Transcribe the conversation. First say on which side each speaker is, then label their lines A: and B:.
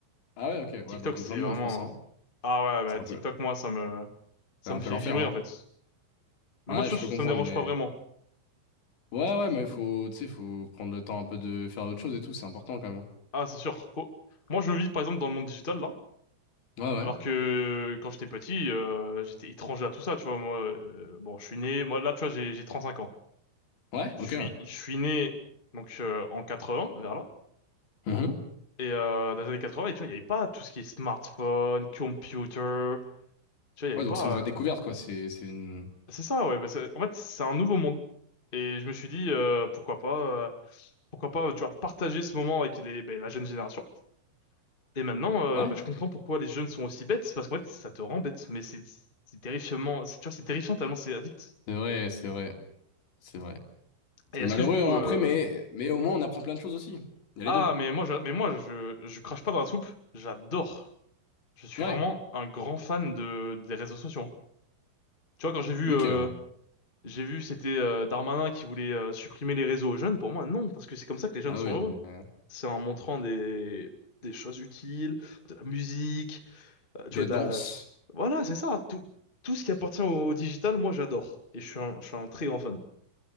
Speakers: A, on the left; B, on the left.
A: Ah ouais, ok.
B: TikTok,
A: Ouais, bah comme
B: c'est
A: plein de
B: vraiment.
A: monde, je pense, hein.
B: Ah ouais, bah,
A: C'est
B: TikTok,
A: un peu,
B: moi, ça me, ça
A: c'est un
B: me
A: peu
B: fait
A: l'enfer,
B: vibrer
A: hein.
B: en fait. Mais
A: Ouais,
B: moi, tu
A: je
B: vois, je-
A: peux comprendre,
B: ça me dérange
A: mais...
B: pas vraiment.
A: Ouais, ouais, mais faut, tu sais, faut prendre le temps un peu de faire autre chose et tout, c'est important, quand même.
B: Ah, c'est sûr. Faut... Moi, je vis par exemple dans le monde digital là,
A: Ouais, ouais.
B: alors que quand j'étais petit, euh, j'étais étranger à tout ça, tu vois. Moi, euh, bon, je suis né. Moi, là, tu vois, j'ai j'ai trente cinq ans.
A: Ouais,
B: je
A: ok,
B: suis,
A: ouais.
B: je suis né donc euh, en 80, vers là.
A: Mhm.
B: Et euh, dans les années 80, et tu vois, il n'y avait pas tout ce qui est smartphone, computer. Tu vois, il n'y avait
A: Ouais,
B: pas.
A: donc c'est une vraie découverte,
B: euh,
A: quoi. C'est, c'est une...
B: C'est ça, ouais. bah, c'est- en fait, c'est un nouveau monde. Et je me suis dit, euh, pourquoi pas, euh, pourquoi pas, tu vois, partager ce moment avec les, ben, la jeune génération. Et maintenant, euh,
A: Ouais,
B: bah, je comprends pourquoi les jeunes sont aussi bêtes. C'est parce qu'en fait, ça te rend bête. Mais c'est c'est terrifiant. Tu vois, c'est terrifiant tellement c'est addict.
A: c'est vrai, c'est vrai, c'est vrai.
B: Et
A: C'est
B: est-ce
A: malheureux,
B: que du coup,
A: hein,
B: euh,
A: après, mais, mais au moins, on apprend plein de choses aussi. Il y a les
B: ah,
A: deux.
B: mais moi, je, mais moi, je, je crache pas dans la soupe. J'adore. Je suis
A: Ouais.
B: vraiment un grand fan de des réseaux sociaux. hein. Tu vois, quand j'ai vu,
A: Ok,
B: euh,
A: ouais.
B: j'ai vu, c'était euh, Darmanin qui voulait euh, supprimer les réseaux aux jeunes. Pour moi, non, parce que c'est comme ça que les jeunes
A: Ah
B: sont
A: oui,
B: heureux.
A: non mais...
B: C'est en montrant des des choses utiles, de la musique, euh,
A: Des
B: tu vois, de
A: danses.
B: la, voilà, c'est ça. Tout tout ce qui appartient au, au digital, moi, j'adore. Et je suis un, je suis un très grand fan.